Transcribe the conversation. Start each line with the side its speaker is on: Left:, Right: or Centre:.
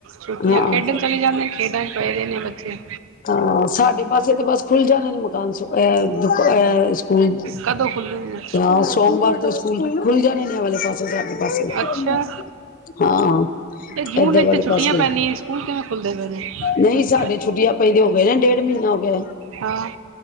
Right: ਛੁੱਟੀਆਂ
Left: ਹਾਂ
Right: ਖੇਡਣ ਚਲੇ ਜਾਂਦੇ ਨੇ ਖੇਡਣ <unintelligible> ਪਏ ਦੇ ਨੇ ਬੱਚੇ।
Left: ਹਾਂ ਸਾਡੇ ਪਾਸੇ ਤੇ ਬਸ ਖੁੱਲ ਜਾਣੇ ਨੇ ਮਕਾਨ ਹ ਦੁਹ ਸਕੂਲ
Right: ਕਦੋਂ ਖੁੱਲ੍ਹਦੇ ਨੇ
Left: ਤਾਂ ਸੋਮਵਾਰ ਤੋਂ ਸਕੂਲ ਖੁੱਲ ਜਾਣੇ ਨੇ ਇਹ ਵਾਲੇ ਪਾਸੇ ਅੱਜ
Right: ਅੱਛਾ
Left: ਹਾਂ।
Right: ਤੇ ਜੂਨ
Left: ਇੱਧਰ
Right: ਵਿੱਚ
Left: ਵਾਲੇ
Right: ਤੇ ਛੁੱਟੀਆਂ
Left: ਪਾਸੇ
Right: ਪੈਂਦੀ ਹ, ਸਕੂਲ ਕਿਵੇਂ ਖੁੱਲਦੇ ਪਏ ਨੇ।
Left: ਨਹੀਂ ਸਾਡੇ ਛੁੱਟੀਆਂ ਪੈਂਆਂ ਹੋ ਗਏ ਡੇਢ ਮਹੀਨਾ ਹੋ ਗਿਆ
Right: ਹਾਂ